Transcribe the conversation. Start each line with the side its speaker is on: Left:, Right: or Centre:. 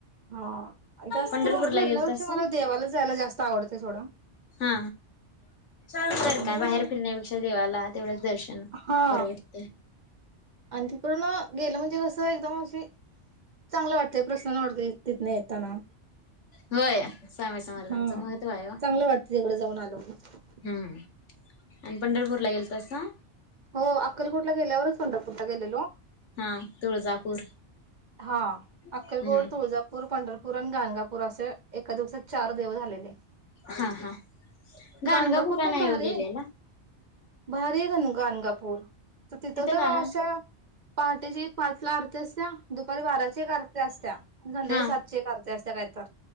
Right: हा जास्त
Left: पंढरपूरला
Right: करून फिरण्यापेक्षा
Left: गेलतासा
Right: मला देवाला जायला. जास्त आवडते थोडं
Left: हा ार
Right: हम्म.
Left: काय बाहेर फिरण्यापेक्षा देवाला तेवढ दर्शन
Right: हा
Left: बरं वाटतय.
Right: आणि तिकडून गेलं म्हणजे कसं एकदम अशी चांगलं वाटतय प्रसन्न वाटते तिथन येताना
Left: होय. स्वामी समर्थांचं
Right: हा
Left: महत्त्व आहे ओ
Right: चांगलं वाटत तिकडे जाऊन आल्यावर
Left: हम्म. आणि पंढरपूर ला गेल तस ना
Right: हो अक्कलकोट ला गेल्यावरच पंढरपूरला गेलेलो
Left: हा तुळजापूर
Right: हा अक्कलकोड
Left: हम्म
Right: तुळजापूर पंढरपूर आणि गाणगापूर अस. एका दिवसात चार देव झालेले.
Left: हा हा गाणगापूरला
Right: गाणगापूर पण
Left: नाही
Right: भारी
Left: हो गेलेलो.
Right: भारी आहे गाणगापूर तर तिथं तर
Left: काय
Right: अशा
Left: हाय
Right: पहाटेचे एक पाचला अर्थ असत्या दुपारी बाराची एक आरती असत्या आणि संध्याकाळी
Left: हा
Right: सात
Left: हा
Right: एक आरती जास्त काहीतरी